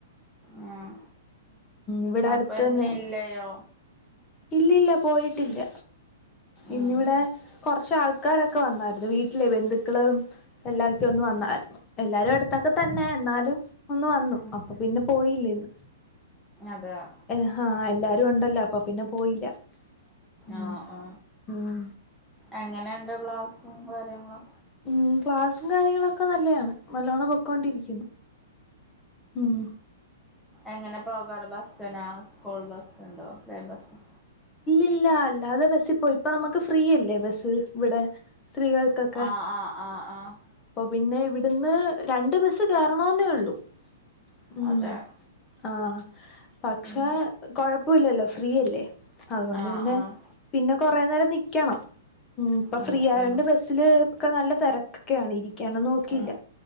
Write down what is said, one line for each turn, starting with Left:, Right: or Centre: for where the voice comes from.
Centre: ഉം
Left: ഇവിടെ
Centre: അപ്പന്നില്ലയോ
Left: അടുത്ത് തന്നെയാണ്. ഇല്ലില്ല പോയിട്ടില്ല ഇന്നിവിടെ
Centre: ഉം
Left: കൊറച്ചാൾക്കാരൊക്കെ വന്നാരുന്നു വീട്ടിലെ ബന്ധുക്കളും എല്ലാക്കെയൊന്ന് വന്നാരുന്നു എല്ലാരും അടുത്തൊക്കെ തന്നെ എന്നാലും ഒന്ന് വന്നു
Centre: ഉം
Left: അപ്പൊ പിന്നെ പോയില്ലിന്ന്
Centre: അതെ
Left: എ ഹ എല്ലാരും രുഒണ്ടല്ലോ അപ്പൊ പിന്നെ പോയില്ല ഉം
Centre: ആ ആ
Left: ഉം
Centre: എങ്ങനെണ്ട് ക്ലാസ്സ് <unintelligible>
Left: മ് ക്ലാസ്സും കാര്യങ്ങളൊക്കെ നല്ലയാണ് നല്ലോണ്ണം പൊക്കോണ്ടിരിക്കുന്നു ഉം
Centre: എങ്ങനെ പോകാറ് ബസ്സിനോ സ്കൂൾ ബസ്സുണ്ടോ ലൈൻ ബസ്
Left: ഇല്ല അല്ലാതെ ബസ്സിൽ പോയി ഇപ്പ നമുക്ക് ഫ്രീയല്ലേ ബസ് ഇവിടെ സ്ത്രീകൾക്കൊക്കെ
Centre: ആ ആ ആ ആ
Left: പിന്നെ ഇവിടുന്ന് രണ്ട് ബസ്സ് കേറണോ ന്നെയുള്ളു മ്
Centre: അതെ
Left: ആ പക്ഷെ
Centre: ഉം
Left: കൊഴ പ്പല്ലല്ലോ ഫ്രീയല്ലേ അതുകൊണ്ട്
Centre: ആഹ്
Left: പിന്നെ
Centre: ആഹ്
Left: പിന്നെ കൊറെ നേരം നിക്കണം മ് ഇപ്പൊ
Centre: ഉം
Left: ഫ്രീ ആയോണ്ട്
Centre: ഉം
Left: ബസ്സില് ഒക്കെ നല്ല തെര ഒക്കെയണ് ഇരി <unintelligible> നോക്കിയില്ല
Centre: ഉം